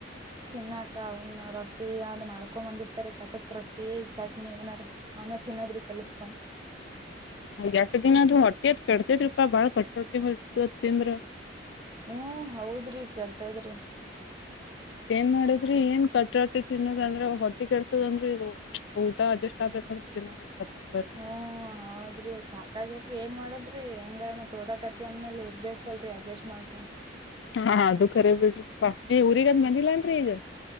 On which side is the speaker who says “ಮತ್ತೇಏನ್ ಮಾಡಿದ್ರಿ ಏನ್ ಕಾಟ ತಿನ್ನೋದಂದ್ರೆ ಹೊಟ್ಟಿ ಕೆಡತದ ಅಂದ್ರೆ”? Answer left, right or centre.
Left